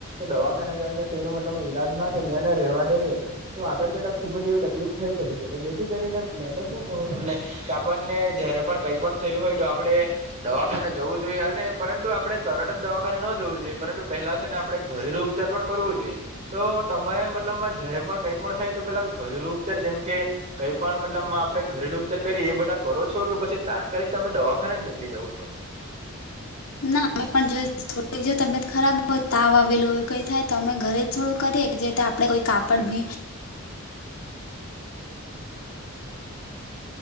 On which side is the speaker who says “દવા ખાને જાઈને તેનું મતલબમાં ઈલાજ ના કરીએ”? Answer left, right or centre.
Right